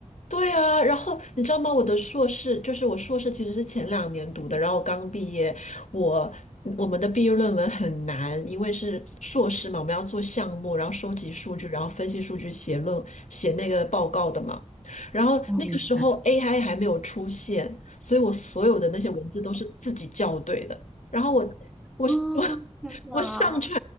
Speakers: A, on the left; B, in the centre.
A: 对啊，然后你知道吗？我的硕士就是我硕士其实是前两年读的，然后我刚毕业，我嗯我们的毕业论文很难，因为是硕士嘛，我们要做项目，然后收集数据，然后分析数据写论写那个报告的嘛。然后那个时候
B: 嗯，
A: AI 还没有出现，所以我所有的那些文字都是自己校对的。然后我我是我
B: 嗯
A: <laughs> 我上传
B: 啊，